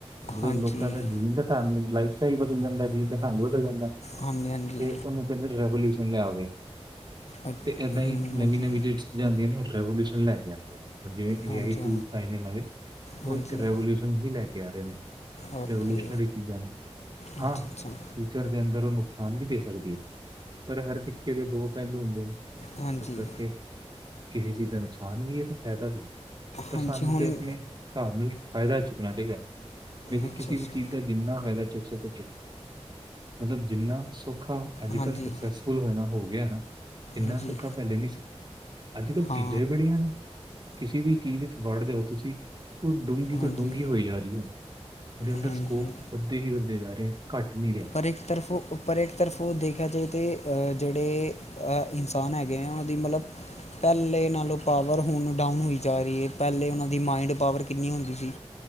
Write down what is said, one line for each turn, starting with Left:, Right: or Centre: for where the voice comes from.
Right: ਜਦੋਂ
Left: ਹਾਂਜੀ
Right: ਲੋਕਾਂ ਦਾ ਜੀਨ ਦਾ ਢੰਗ, ਲਾਈਫ ਸਟਾਈਲ ਬਦਲ ਜਾਂਦਾ, ਜੀਨ ਦਾ ਢੰਗ ਬਦਲ ਜਾਂਦਾ।
Left: ਹਾਂਜੀ ਹਾਂਜੀ।
Right: ਤੇ ਉਹਨੂੰ ਕਹਿੰਦੇ ਰੈਵੋਲਿਊਸ਼ਨ ਲਿਆ ਗਿਆ
Left: ਅੱ-
Right: ਤੇ ਏਦਾਂ ਹੀ
Left: ਹਮ,
Right: ਨਵੀਂ
Left: ਹਾਂਜੀ
Right: ਨਵੀਂ। ਜਾਂਦੀਆਂ ਨੇ ਉਹ ਰੈਵੋਲਿਊਸ਼ਨ ਲੈ ਕੇ ਆਉਂਦੀਆਂ ਨੇ ਜਿਵੇਂ ਕਿ
Left: ਹਾਂਜੀ
Right: ਏ ਆਈ ਟੂਲਸ ਆਏ ਨੇ ਨਵੇ ਉਹ
Left: ਹਾਂਜੀ ਹਾਂਜੀ
Right: ਇੱਕ ਰਵੋਲਿਊਸ਼ਨ। ਨਵੀਂ ਹੀ ਲੈ ਕੇ ਆ ਰਹੇ ਨੇ
Left: ਓਕੇ
Right: ਰਵੋਲਊਸ਼ਨਰੀ। ਚੀਜ਼ਾਂ ਨੇ
Left: ਅੱਛਾ
Right: ਹਾਂ।
Left: ਅੱਛਾ
Right: ਫਿਊਚਰ ਦੇ ਅੰਦਰ ਉਹ ਨੁਕਸਾਨ ਵੀ ਦੇ ਸਕਦੀ ਹੈ। ਪਰ ਹਰ ਸਿੱਕੇ ਦੇ ਦੋ ਪਹਿਲੂ ਹੁੰਦੇ ਨੇ
Left: ਹਾਂਜੀ
Right: ਇਸ ਕਰਕੇ। ਕਿਸੇ ਚੀਜ਼ ਦਾ ਨੁਕਸਾਨ ਵੀ ਹੈ, ਤੇ ਫਾਇਦਾ ਵੀ ਹੈ। ਪਰ
Left: ਹਾਂਜੀ
Right: ਸਾਨੂੰ
Left: ਹੁਣ
Right: ਤੇ ਆਪਣੇ। ਹਿਸਾਬ ਨਾਲ ਹੀ ਫਾਇਦਾ ਚੁੱਕਣਾ ਚਾਹੀਦਾ ਹੈ। ਕਿਉਕਿ
Left: ਅੱਛਾ
Right: ਕਿਸੇ
Left: ਅੱਛਾ
Right: ਵੀ ਚੀਜ਼। ਦਾ ਜਿੰਨਾ ਫਾਇਦਾ ਚੁੱਕ ਸਕੇ ਚੁੱਕੋ ਮਤਲਬ ਜਿੰਨਾ ਸੌਖਾ ਅੱਜ
Left: ਹਾਂਜੀ
Right: ਕੱਲ੍ਹ। ਸਕੂਲਬਣਾ ਹੋਣਾ ਹੋ ਗਿਆ ਨਾ ਇੰਨਾ
Left: ਹਾਂਜੀ
Right: ਸੌਖਾ ਪਹਿਲੇ ਨੀ ਸੀ। ਅੱਜ ਕੱਲ੍ਹ
Left: ਹਾਂ
Right: ਚੀਜ਼ਾਂ ਹੀ ਬੜੀਆਂ ਨੇ ਕਿਸੇ ਵੀ ਕੀ ਵਰਡ ਦਿਓ ਤੁਸੀ। ਉਹ ਡੂੰਘੀ
Left: ਹਾਂਜੀ
Right: ਤੋਂ ਡੂੰਘੀ ਹੋਈ ਜਾ ਰਹੀ ਹੈ। ਉਹਦੇ ਅੰਦਰ
Left: ਹਾਂਜੀ
Right: ਸਕੋਪ। ਵੱਧਦੇ ਹੀ ਵੱਧਦੇ ਜਾ ਰਹੇ ਘੱਟ ਨਹੀਂ ਰਿਹਾ।
Left: ਪਰ ਇੱਕ ਤਰਫੋਂ ਪਰ ਇੱਕ ਤਰਫੋਂ ਦੇਖਿਆ ਜਾਵੇ ਤਾਂ ਜਿਹੜੇ। ਇਨਸਾਨ ਹੈਗੇ ਹੈ। ਉਹ ਦੀ ਮਤਲਬ। ਪਹਿਲੇ ਨਾਲੋਂ ਪਾਵਰ ਹੁਣ ਡਾਊਨ ਹੋਈ ਜਾ ਰਹੀ ਹੈ। ਪਹਿਲੇ ਉਹਨਾਂ ਦੀ ਮਾਇੰਡ ਪਾਵਰ ਕਿੰਨੀ ਹੁੰਦੀ ਸੀ।